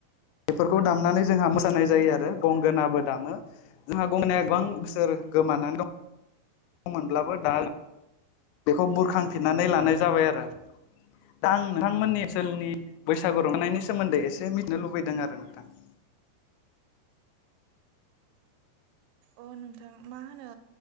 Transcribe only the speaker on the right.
अ नोंथां मा होनो